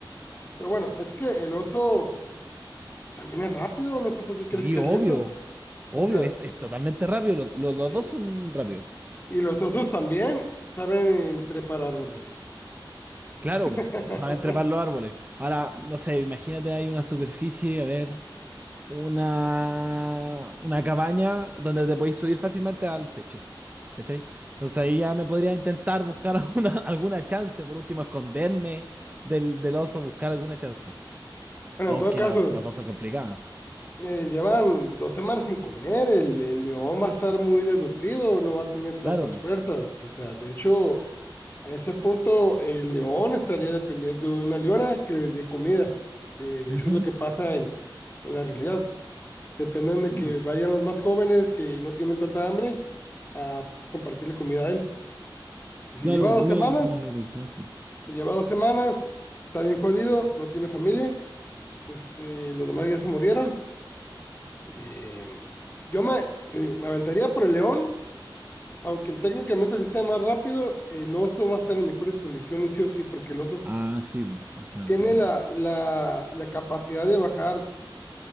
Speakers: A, on the left; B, on the right.
A: pero bueno, es que el oso también es rápido, no sé por qué
B: Sí,
A: crees que
B: obvio,
A: es lento.
B: obvio,
A: O sea,
B: es, es totalmente rápido, los, los- los
A: eh,
B: dos son rápidos.
A: y los osos también saben trepar árboles.
B: Claro,
A: <laughs>
B: pu, saben trepar los árboles. Ahora, no sé, imagínate hay una superficie, a ver. una, una cabaña donde te podéis subir fácilmente al techo. ¿Cachai? Entonces ahí ya me podría intentar buscar <laughs> alguna, alguna chance, por último, esconderme del, del oso, buscar alguna chance.
A: Bueno,
B: Aunque
A: en todo caso,
B: la- las dos son complicadas.
A: eh, llevan dos semanas sin comer, el, el león va a estar muy desnutrido, no va a tener tantas
B: Claro.
A: fuerzas, o sea, de hecho, A ese punto, el león estaría dependiendo de una leona que le dé comida. Eh, de
B: Ujú,
A: hecho, es lo que pasa en, en la realidad. Dependen de
B: Claro.
A: que vayan los más jóvenes que no tienen tanta hambre a compartirle comida a él. Si
B: Claro,
A: lleva dos
B: mira,
A: semanas,
B: no lo había pensado así.
A: si lleva dos semanas, está bien jodido, no tiene familia, este, los demás ya se murieron. Eh, yo me, te digo, me aventaría por el león, aunque técnicamente sí sea más rápido, el oso va a estar en mejores condiciones, sí o sí, porque el oso
B: Ah, sí, po, va a estar,
A: tiene
B: sí,
A: la,
B: po.
A: la, la capacidad de bajar